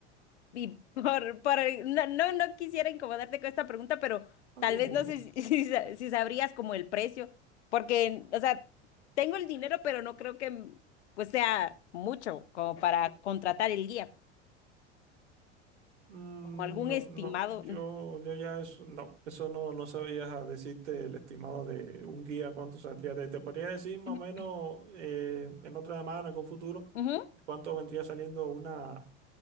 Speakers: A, on the left; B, on the right.
A: Y <laughs> por, por- no, no, no quisiera incomodarte con esta pregunta, pero
B: Ah,
A: tal
B: dime,
A: vez
B: dime.
A: no sé si, <laughs> si sa- si sabrías como el precio, porque, o sea, tengo el dinero, pero no creo que pues sea mucho como para contratar el guía.
B: Mm,
A: como algún
B: No,
A: estimado.
B: no, yo, yo ya eso, no, eso no, no sabría decirte el estimado de un guía cuánto saldría. Te, te podría decir más
A: Ujú.
B: o menos eh, en otra semana, con futuro,
A: Ujú.
B: cuánto vendría saliendo una,